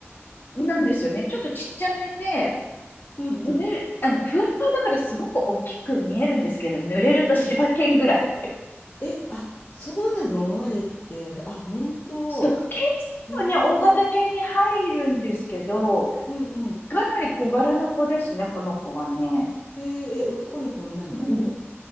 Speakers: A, on the left; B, on the left.
A: なんですよね。
B: うん、
A: ちょっとちっちゃめで、
B: うん、うん、
A: ぬ、あの、ふわふわだからすごく大きく見えるんですけど、濡れると柴犬ぐらい。
B: うん。え、あ、そうなのあれって。あ、本当。
A: そう、犬種はね、
B: へ
A: 大型犬に入るんですけど、
B: え。うん、うん。
A: かなり小柄な子ですね、この子はね。
B: へえ、え、男の子、女の子
A: うん、